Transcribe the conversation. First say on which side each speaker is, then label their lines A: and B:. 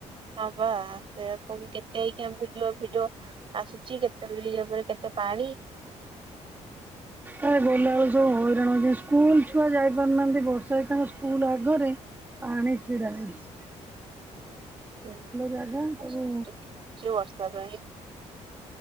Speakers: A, on the right; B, on the right.
A: ହଁ ବା ସେ କହୁନୁ କେତେ ଏଇକିଆଁ ଭିଡିଓ ଭିଡିଓ ଆସୁଚି କେତେ ବ୍ରିଜ୍ ଉପରେ କେତେ ପାଣି।
B: ଏ ଗଲା ବେଳକୁ ସବୁ ହଇରାଣ ହୋଉଛନ୍ତି ସ୍କୁଲ ଛୁଆ ଯାଇ ପାରୁନାହାନ୍ତି ବର୍ଷା ରେ ତାଙ୍କ ସ୍କୁଲ ଆଗରେ ଆଣି ଛିଡା ହେଇଚି।
A: କି
B: ଜାଗା
A: ବସ୍ତା
B: ତାକୁ
A: ପାଇଁ।